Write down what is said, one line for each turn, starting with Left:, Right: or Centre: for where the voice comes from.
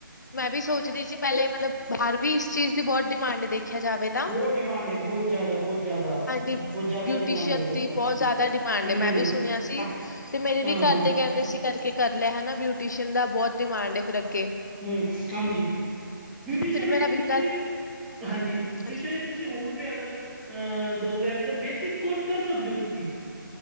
Left: ਮੈਂ ਵੀ ਸੋਚਦੀ ਸੀ ਪਹਿਲੇ ਮਤਲਬ ਬਾਹਰ ਵੀ ਇਸ ਚੀਜ਼ ਦੀ ਬਹੁਤ ਡਿਮਾਂਡ ਦੇਖਿਆ ਜਾਵੇ ਤਾਂ।
Centre: ਬਹੁਤ ਡਿਮਾਂਡ ਹੈ ਬਹੁਤ ਜ਼ਿਆਦਾ ਬਹੁਤ ਜ਼ਿਆਦਾ
Left: ਹਾਂਜੀ ਬਿਊਟੀਸ਼ਅਨ
Centre: ਬਹੁਤ ਜ਼ਿਆਦਾ ਡਿਮਾਂਡ ਹੈ ਉਧਰ
Left: ਦੀ
Centre: ਤਾਂ
Left: ਬਹੁਤ ਜ਼ਿਆਦਾ ਭਾਂਡੇ
Centre: ਹਮ
Left: ਮੈਂ ਵੀ ਸੁਣਿਆ ਸੀ,
Centre: ਹਾਂ
Left: ਤੇ ਮੇਰੇ
Centre: ਹਾਂ
Left: ਵੀ ਘਰ
Centre: ਹਾਂ
Left: ਦੇ ਕਹਿੰਦੇ ਸੀ ਤਨ ਕੇ ਕਰ ਲੈ ਹਨਾ ਬਿਊਟੀਸ਼ਨ ਦਾ ਬਹੁਤ ਡਿਮਾਂਡ ਹੈ ਫਿਰ ਅੱਗੇ।
Centre: ਹੂੰ ਹਾਂਜੀ, ਬਿਊਟੀਸ਼ਨ
Left: ਫਿਰ ਮੇਰਾ
Centre: ਵਿੱਚ
Left: ਵੀਜ਼ਾ
Centre: ਤੁਸੀਂ, ਹਾਂਜੀ ਬਿਊਟੀਸ਼ਨ
Left: ਲੱਗ-
Centre: ਵਿੱਚ ਤੁਸੀ ਹੁਣ ਵੀ ਅਗਰ, ਅਹ ਦੋ ਮਹੀਨੇ ਦਾ ਬੇਸਿਕ ਕੋਰਸ ਕਰ ਸਕਦੇ ਹੋ ਤੁਸੀਂ।